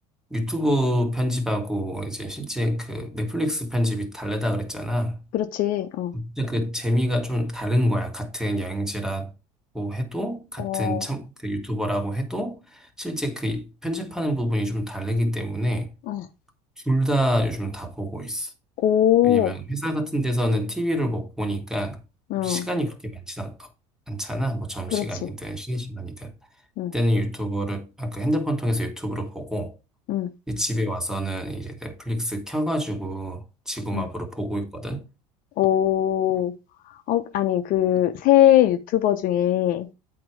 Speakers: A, in the centre; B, on the left.
A: 유튜브 편집하고 이제 실제 그 넷플릭스 편집이 다르다 그랬잖아.
B: 그렇지, 어.
A: 근데 그 재미가 좀 다른 거야. 같은 여행지라고 해도, 같은
B: 어.
A: 참, 그 유튜버라고 해도 실제 그 편집하는 부분이 좀 다르기 때문에
B: 어.
A: 둘 다 요즘 다 보고 있어.
B: 오.
A: 왜냐면 회사 같은 데서는 TV를 못 보니까
B: 어.
A: 시간이 그렇게 많진 않, 않잖아. 뭐 점심시간이든
B: 그렇지.
A: 쉬는 시간이든.
B: 응.
A: 그때는 유튜브를, 아까 핸드폰 통해서 유튜브를 보고,
B: 응.
A: 이제 집에 와서는 이제 넷플릭스 켜가지고 지구마블을
B: 응.
A: 보고 있거든.
B: 오. 어 아니 그 새 유튜버 중에